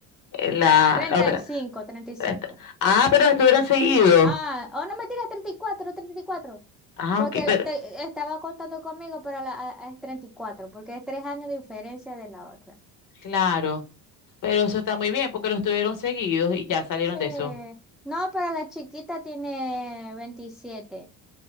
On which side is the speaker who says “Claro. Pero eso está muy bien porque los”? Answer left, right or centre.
Left